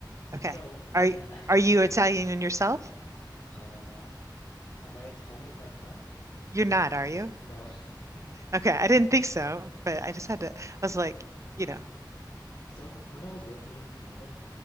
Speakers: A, on the right; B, on the left.
A: okay,
B: So
A: are
B: yeah,
A: y-
B: <laughs>
A: are you Italian in yourself?
B: uh, am I Italian myself?
A: You're not, are you?
B: No, <laughs>
A: Okay, I didn't
B: but
A: think so, but I just had
B: um,
A: to. I was like, you know,
B: so when I was working in Canada.